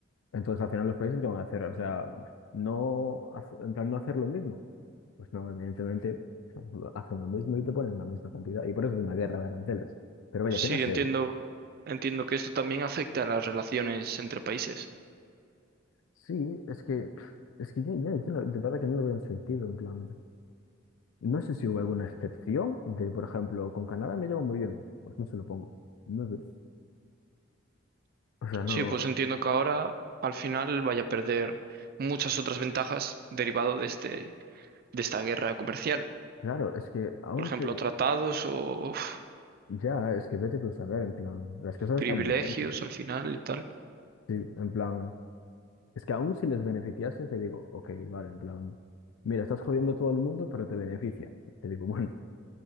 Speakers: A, on the left (about 80°); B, on the right (about 50°).
A: Entonces al final los países que van a hacer, o sea, no, haz- en plan, no hacer lo mismo. Pues no, evidentemente, hacen lo mismo y te ponen la misma cantidad. Y por eso es una guerra de aranceles. Pero vaya,
B: Sí,
A: ¿qué no sé?
B: entiendo, entiendo que esto también afecta a las relaciones entre países.
A: Sí, es que, pf, es que yo, yo- yo no- de verdad que no lo veo en sentido, en plan. No sé si hubo alguna excepción de, por ejemplo, con Canadá me llevo muy bien. Pues no se lo pongo. No sé. O sea, no.
B: Sí, pues entiendo que ahora al final vaya a perder muchas otras ventajas derivado de este, de esta guerra comercial.
A: Claro, es que aunque
B: Por ejemplo, tratados o uf,
A: ya, es que vete tú a saber, en plan, las cosas
B: privilegios
A: están muy tensas.
B: al final y tal.
A: Sí, en plan, es que aún si les beneficiase, te digo, ok, vale, en plan, mira, estás jodiendo a todo el mundo, pero te beneficia. Te digo, <laughs> bueno.